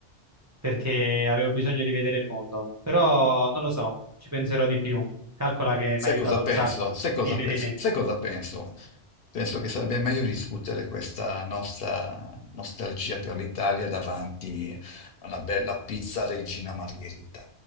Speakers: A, on the right; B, on the left.
A: perché avevo bisogno di vedere il mondo. Però non lo so, ci penserò di più. Calcola che
B: Sai
A: mi ha aiutato
B: cosa
A: un
B: penso?
A: sacco.
B: Sai cosa
A: Dimmi
B: penso?
A: di me.
B: Sai cosa penso? Penso che sarebbe meglio discutere questa nostra nostalgia per l'Italia davanti a una bella pizza Regina Margherita.